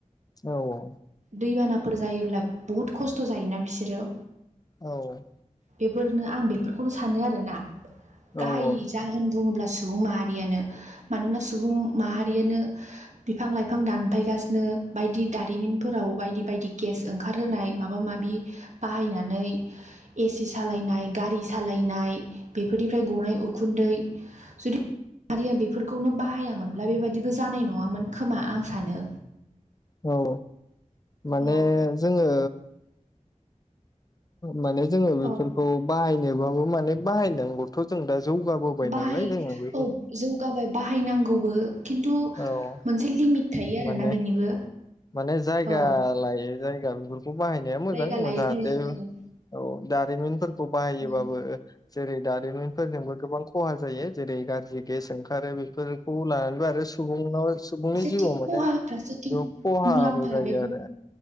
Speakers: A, on the left; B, on the right.
A: औ औ
B: दैबानाफोर जायोब्ला बहुद खस्थ' जायोना बिसोरो
A: औ
B: बेफोरनो आं बेफोरखौनो सानो आरोना
A: औ
B: गाहाय जाहोन बुङोब्ला सुबुं माहारियानो मानोना सुबुं माहारियानो बिफां लाइफां दानफायगासिनो बायदि दारिमिनफोराव बायदि बायदि गेस ओंखार होनाय माबा माबि बाहायनानै एसि सालायनाय गारि सालायनाय नाय बेफोरनिफ्राय गनाय उखुन्दै जुदि माहारिया बेफोरखौनो बाहायामोनब्ला बेबादिबो जानाय नङामोन खोमा आं सानो
A: औ माने
B: औ
A: जोङो माने जोङो बेफोरखौ
B: औ
A: बाहायनोबाबो माने बाहायनांगौथ' जों दा जौगाबोबाय
B: बाहाय
A: नालाय जोङो बेफोर
B: औ जौगाबाय बाहायनांगौबो खिन्थु
A: औ
B: मोनसे लिमिट थायो आरोना
A: माने
B: बेनिबो
A: माने जायगा
B: औ
A: लायो जायगा बे बेखौ बाहायनाया मोजां
B: जायगा लायै
A: जाहाथे
B: जायगा औ
A: औ दारिमिनफोरखौ बाहायोबाबो
B: उम
A: जेरै दारिमिनफोरजोंबो गोबां खहा जायो जेरै गाज्रि गेस ओंखारो बेफोरखौ लानानैबो आरो सुबुंनाव सुबुंनि जिउआव
B: थिं खहा
A: माने
B: फारसेथिं
A: खहाबो
B: मुलाम्फा
A: जायो
B: बेफोर
A: आरो